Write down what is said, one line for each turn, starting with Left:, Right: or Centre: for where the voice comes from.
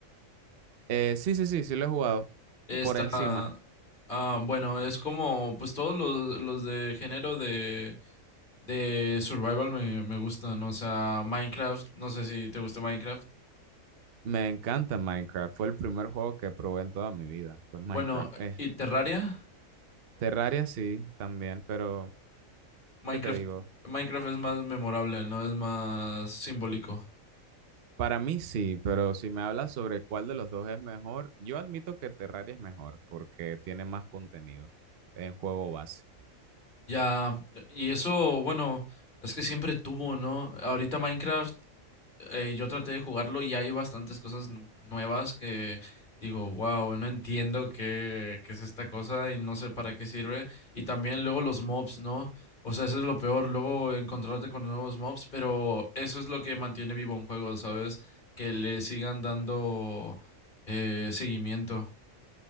Right: Eh, sí, sí, sí, sí lo he jugado
Left: Está,
Right: por encima.
Left: ah, bueno, es como, pues todos los, los de género de, de survival me, me gustan, o sea, Minecraft, no sé si te gusta Minecraft.
Right: Me encanta Minecraft. Fue el primer juego que probé en toda mi vida. Fue Minecraft.
Left: Bueno,
Right: Eh,
Left: ¿y Terraria?
Right: Terraria sí, también, pero
Left: Minecraft,
Right: ¿qué te digo?
Left: Minecraft es más memorable, ¿no? Es más simbólico.
Right: Para mí sí, pero si me hablas sobre cuál de los dos es mejor, yo admito que Terraria es mejor porque tiene más contenido en juego base.
Left: Ya, y eso, bueno, es que siempre tuvo, ¿no? Ahorita Minecraft, eh, yo traté de jugarlo y hay bastantes cosas nu- nuevas que digo, wow, no entiendo qué, qué es esta cosa y no sé para qué sirve. Y también luego los mobs, ¿no? O sea, eso es lo peor, luego encontrarte con nuevos mobs, pero eso es lo que mantiene vivo un juego, ¿sabes? Que le sigan dando eh, seguimiento.